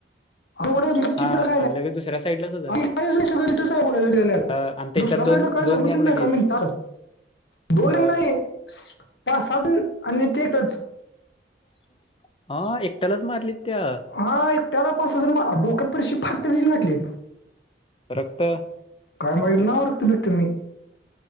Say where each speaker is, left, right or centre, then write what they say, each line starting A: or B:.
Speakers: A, on the left; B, on the left.
A: <unintelligible>
B: हा
A: खायला
B: आणि लगेच दुसऱ्या साईडलाच होता.
A: आणि काहीच नाही सगळं रिथच <unintelligible> बोलालाल्यात
B: हा आणि त्यांच्यात
A: दुसऱ्या
B: दोन
A: साईडला काय
B: दोन
A: सोबत
B: गँग
A: नाही
B: लगेच.
A: काय म्हणतात. दोन
B: ह
A: नाही पाच-सहा आणि तेच.
B: <inaudible> हा एकट्यालाच मारलीत त्या.
A: हा एकट्याला पाच-सहा जण मा डोक्यात फरशी फाट्टेनी घातली.
B: रक्त
A: काय बघलं ना रक्तबीत्त मी,